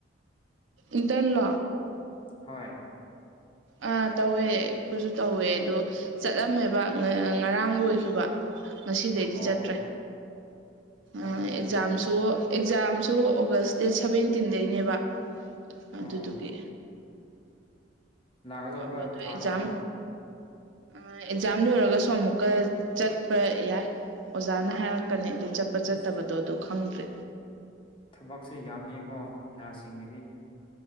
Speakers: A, on the right (about 80°); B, on the left (about 25°).
A: ꯏꯟꯇꯔꯟꯂꯣ
B: ꯍꯣꯏ
A: ꯑꯥ ꯇꯧꯋꯦ ꯑꯩꯈꯣꯏꯁꯨ ꯇꯧꯋꯦ ꯑꯗꯣ ꯆꯠꯂꯝꯃꯦꯕ ꯉꯔꯥꯡ ꯂꯣꯏꯈꯤꯕ ꯉꯁꯤꯗꯩꯗꯤ
B: ꯑꯣ
A: ꯆꯠꯇ꯭ꯔꯦ ꯑꯦꯛꯖꯥꯝꯁꯨ
B: ꯑꯗꯨ
A: ꯑꯦꯛꯖꯥꯝꯁꯨ ꯑꯣꯒꯁ ꯗꯦꯠ ꯁꯕꯦꯟꯇꯤꯟꯗꯩꯅꯦꯕ ꯑꯗꯨꯗꯨꯒꯤ
B: ꯑꯣ ꯂꯥꯛꯀꯗꯧꯕ
A: ꯇꯣ ꯑꯋꯥꯗ
B: ꯊꯥꯗꯀꯣ
A: ꯑꯦꯖꯝ ꯑꯦꯛꯖꯥꯝ ꯂꯣꯏꯔꯒꯁꯨ ꯑꯃꯨꯛꯀ ꯆꯠꯄ ꯌꯥꯏ ꯑꯣꯖꯥꯅ ꯍꯥꯏꯔꯛꯀꯅꯤ ꯑꯗꯨ ꯆꯠꯄ ꯆꯠꯇꯕꯗꯣ
B: ꯑꯁ
A: ꯑꯗꯨ ꯈꯪꯗ꯭ꯔꯦ
B: ꯊꯕꯛꯁꯦ ꯌꯥꯝ ꯍꯀꯣ ꯅꯍꯔꯁꯁꯤꯡꯒꯤꯗꯤ